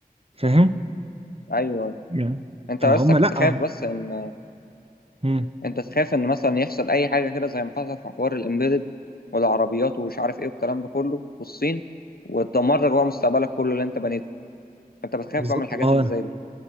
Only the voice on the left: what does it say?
ايوه
انت
بس كنت
خايف بس ان
انت تخاف ان مثلا يحصل اي حاجه كده زي ما حصل في حوار الامبيدد والعربيات ومش عارف ايه والكلام ده كله والصين وتدمر لك بقى مستقبلك كله اللي انت بنيته انت بتخاف
بقى من الحاجات
اللي زي دي